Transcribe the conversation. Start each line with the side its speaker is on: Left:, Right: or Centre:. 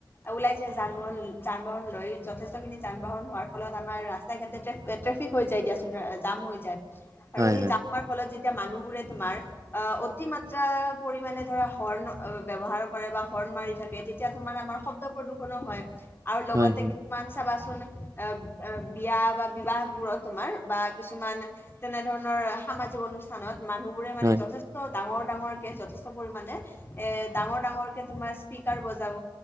Left: ওলাই যাই যান-বাহন যান-বাহন লৈ যথেষ্টখিনি যান-বাহন হোৱাৰ ফলত আমাৰ ৰাস্তাই-ঘাটে ট্ৰেফ- ট্ৰেফিক হৈ যায় দিয়াচোন জাম হৈ যায়। আৰু
Right: হয়
Left: সেই
Right: হয়
Left: জাম হোৱাৰ ফলত যেতিয়া মানুহবোৰে তোমাৰ অ অতি মাত্ৰা পৰিমাণে ধৰা হৰ্ণ ব্যৱহাৰ কৰে বা হৰ্ণ মাৰি থাকে তে- তিয়া তোমাৰ আমাৰ শব্দ প্ৰদূষণো হয় আৰু লগতে
Right: হয় হয়
Left: মান চাবাচোন এ-এ বিয়া বা বিবাহবোৰত তোমাৰ বা কিছুমান তেনেধৰণৰ সামাজিক অনুষ্ঠানত মানুহবোৰে মানে
Right: হয়
Left: যথেষ্ট- ট ডাঙৰ-ডাঙৰকে যথেষ্ট পৰিমানে, এ ডাঙৰ-ডাঙৰকে তোমাৰ স্পিকাৰ বজাব